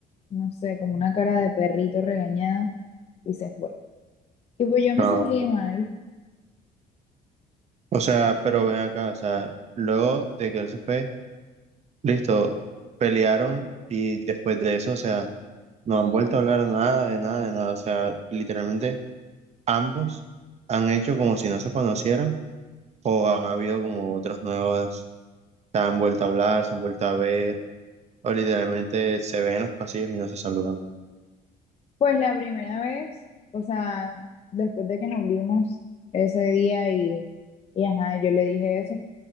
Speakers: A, on the left; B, on the right.
A: no sé, como una cara de perrito regañado y se fue. Y pues yo me
B: No.
A: sentí mal,
B: O sea, pero ven acá, o sea, luego de que él se fue. Listo, pelearon y después de eso, o sea, no han vuelto a hablar nada, de nada, de nada. O sea, literalmente ambos han hecho como si no se conocieran o han habido como otras nuevas, se han vuelto a hablar, se han vuelto a ver o literalmente se ven en los pasillos y no se saludan.
A: pues la primera vez, o sea, después de que nos vimos ese día y, y ajá, yo le dije eso,